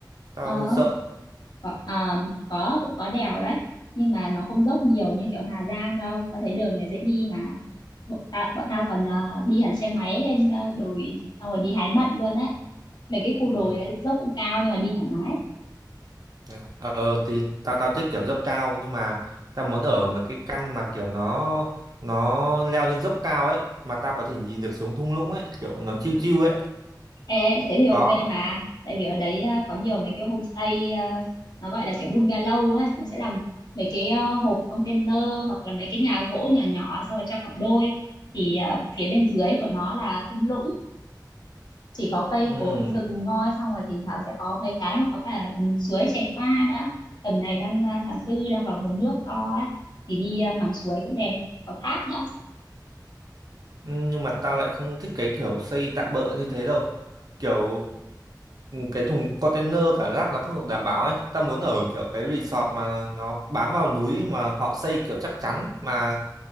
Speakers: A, on the right; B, on the left.
A: Tao
B: Ờ,
A: hơi sợ.
B: có, à, có cũng có đèo đấy, nhưng mà nó không dốc nhiều như kiểu Hà Giang đâu. Tao thấy đường này dễ đi mà. Bọn, ta, bọn tao còn ờ, đi hẳn xe máy lên ờ, đồi xong rồi đi hái mận luôn á. Mấy cái khu
A: Ừ.
B: đồi ấy, dốc cũng cao nhưng mà đi thoải mái.
A: Thế à? Ờ thì tao tao thích kiểu dốc cao nhưng mà tao muốn ở một cái căn mà kiểu nó nó leo lên dốc cao ấy mà tao có thể nhìn được xuống thung lũng ấy kiểu nó chill chill ấy
B: Ê, thế thì ok
A: có
B: mà tại vì ở đấy ờ, có nhiều mấy cái homestay ờ, nó gọi là kiểu bungalow ấy nó sẽ làm mấy cái ờ, hộp container hoặc là mấy cái nhà gỗ nhỏ nhỏ xong rồi cho cặp đôi thì ờ, phía bên dưới của nó là thung lũng chỉ có cây
A: ừ.
B: cối rừng thôi xong rồi thỉnh thoảng sẽ có mấy cái mà có cả suối chảy qua nữa tầm này đang ờ, tháng tư đang vào mùa nước to ấy thì đi ờ, ngắm suối cũng đẹp có thác nữa
A: ừ, nhưng mà tao lại không thích cái kiểu xây tạm bợ như thế đâu kiểu ừ, cái thùng container cả rác nó không được đảm bảo ấy tao muốn ở kiểu cái resort mà nó bám vào núi mà họ xây kiểu chắc chắn mà